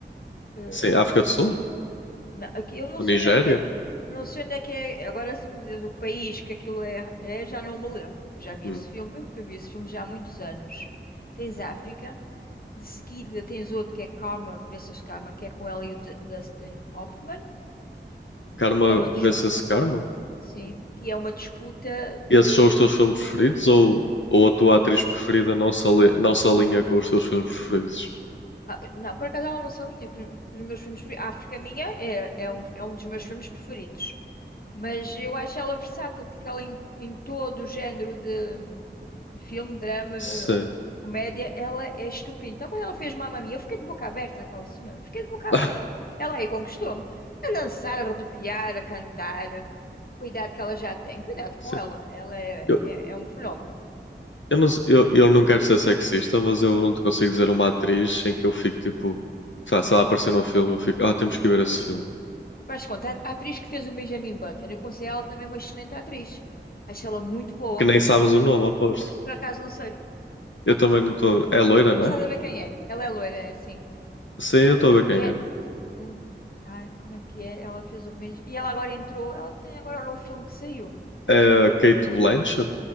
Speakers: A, on the left; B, on the left.
A: eh,
B: Sim, África do Sul?
A: Na- Aqui, eu não
B: Ou
A: sei
B: Nigéria?
A: onde é que é. Não sei onde é que é. Agora, se me diz o país que aquilo é, é, já não me lembro. Eu já vi
B: Hum.
A: esse filme. Eu, eu vi esse filme já há muitos anos. Tens África. De seguida, tens outro que é Karma versus Karma, que é com ela e o D- Dustin Hoffman,
B: Karma,
A: que é uma, dis-
B: vê-se esse Karma?
A: sim, que é uma disputa. eh,
B: E esses são os teus filmes preferidos? Ou, ou a tua atriz preferida não se, ali- não se alinha com os teus filmes preferidos?
A: Ah, não, por acaso ela não se alinha com os, com os meus filmes. preferi- A África Minha é, é, um, é um dos meus filmes preferidos. Mas eu acho ela versátil porque ela em, em todo o género de de filme, drama,
B: Sim.
A: eh, comédia, ela é estupenda. Então quando ela fez Mamma Mia, eu fiquei de boca aberta aquela senhora. Fiquei de boca aberta.
B: <laughs> Ah,
A: Ela aí conquistou-me. A dançar, a rodopiar, a cantar. Cuidado que ela já tem. Cuidado com
B: sim.
A: ela. Ela é,
B: Eu,
A: é, é um fenómeno.
B: eu, não, se- eu, eu não quero ser sexista, mas eu não te consigo dizer uma atriz em que eu fico tipo, tá, se ela aparecer num filme, eu fico, ah, temos que ver esse filme.
A: Mas conta, a a atriz que fez o Benjamin Button, eu considero ela também uma excelente atriz. Acho ela muito boa.
B: Que nem sabes o nome, aposto.
A: Por acaso não sei.
B: Eu também não estou. É loira, não
A: Mas
B: é?
A: estás a ver quem é? Ela é loira, é assim.
B: Sim, eu estou a ver quem
A: Je...
B: é.
A: não, hum. Ai, como é que é? Ela fez o Benjamin. E ela agora entrou. Ela tem agora um novo filme que saiu.
B: É a Kate Blanchett.